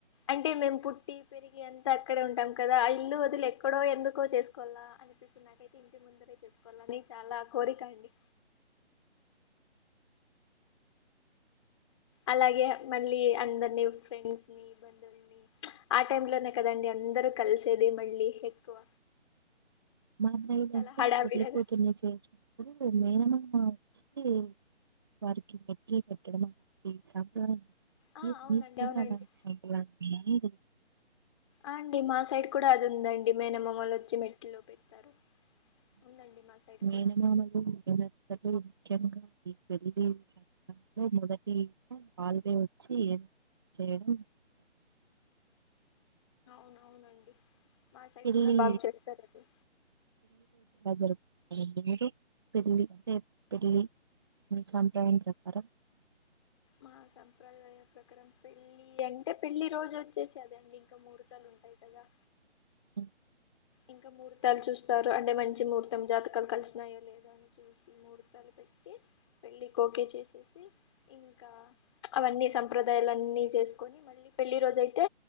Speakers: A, on the left; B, on the right.
A: అంటే మేము పుట్టి పెరిగి అంతా అక్కడే ఉంటాం కదా ఇల్లు వదులి ఎక్కడో ఎందుకో చేసుకోవాలా అనిపిస్తుంది. నాకైతే ఇంటి ముందరే చేసుకోవాల అని చాలా కోరిక అండి. అలాగే మళ్ళీ అందరిని ఫ్రెండ్స్ ని బంధువుల్ని ఆ టైంలోనే కదండి. అందరు కలిసేది మళ్ళీ ఎక్కువ
B: మాసైడ్
A: చాలా
B: అంటే
A: హడావిడగా
B: పెళ్లికూతురుని చేయచ్చు. ఇప్పుడు మేనమామ వచ్చి వారికి మెట్టెలు పెట్టడం అలాంటి సంప్రదాయం
A: ఆ అవునండి
B: స్
A: అవునండి
B: <unintelligible> అలా అ
A: ఆ అండి మా సైడ్ కూడా అది ఉందండి మేన మామలు వచ్చి మెట్టెలు పెడతారు ఉందండి మా సైడ్
B: మేనమామలు
A: కూడా
B: <unintelligible> ముఖ్యంగా ఈ పెళ్లి చ మొదటి హల్వే వచ్చి చేయడం
A: అవున అవునండి మా సైడ్
B: పెళ్లి
A: కూడా బాగా చేస్తారు అది
B: జరుగుతుంది మీకు పెళ్లి అంటే పెళ్లి మీ సంప్రదాయం ప్రకారం
A: మా సంప్రదాయ ప్రకారం పెళ్ళి అంటే పెళ్లి రోజు వచ్చేసి అదండి ఇంకా ముహూర్తాలు ఉంటాయి కదా
B: హ్మ్.
A: ఇంకా ముహూర్తాలు చూస్తారు అంటే మంచి ముహూర్తం జాతకాలు కలిసినాయో లేదా అని చూసి ముహూర్తాలు పెట్టి పెళ్ళి ఓకే చేసేసి ఇంకా అవన్నీ సంప్రదాయాలు అన్నీ చేసుకొని మళ్ళీ పెళ్లి రోజయితే